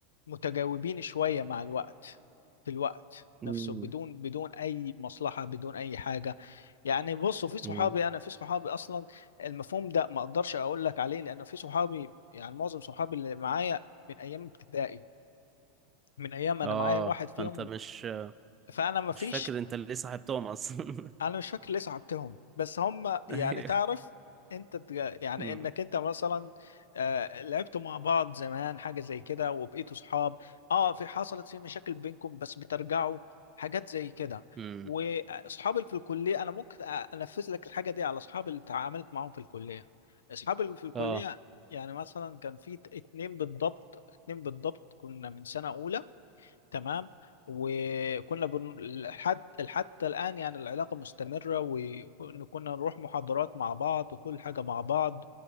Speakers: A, on the left (about 90°); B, on the right (about 30°).
A: متجاوبين شوية مع الوقت في الوقت
B: امم
A: نفسه بدون بدون أي مصلحة بدون أي حاجة يعني بصوا في صحابي
B: امم
A: أنا في صحابي أصلا المفهوم ده ما أقدرش أقول لك عليه لأن في صحابي يعني معظم صحابي اللي معايا من أيام ابتدائي من أيام أنا
B: اه
A: معايا واحد فيهم
B: فانت مش
A: فأنا ما
B: مش
A: فيش
B: فاكر انت ليه صاحبتهم اصلا
A: انا مش فاكر ليه صعبتهم بس هم
B: <laughs>
A: يعني
B: ايوه
A: تعرف انت تج- يعني
B: امم
A: انك انت مثلا آه، لعبتوا مع بعض زمان حاجه زي كده وبقيتوا صحاب اه في حصلت في مشاكل بينكم بس بترجعوا حاجات زي كده
B: امم
A: واصحابي اللي في الكليه انا ممكن أ- انفذ لك الحاجه دي على اصحابي اللي تعاملت معاهم في الكليه اصحابي اللي في الكليه
B: اه
A: يعني مثلا كان في ت- اتنين بالضبط اتنين بالضبط كنا من سنه اولى تمام وكنا بن... لحد حتى الآن يعني العلاقة مستمرة وكنا نروح محاضرات مع بعض وكل حاجة مع بعض